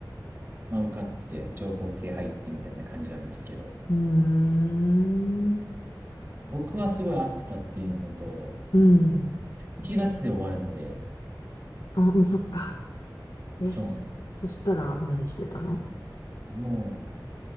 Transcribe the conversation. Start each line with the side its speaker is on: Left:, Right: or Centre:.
Right: まあ受かって情報系入ってみたいな感じなんですけど、
Left: ーん、
Right: 僕はすごい合ってたっていうのと、
Left: うん。
Right: 1月で終わるので、
Left: あ、うん、そっか。え、
Right: そうなんです。
Left: そ、そしたら何してたの
Right: も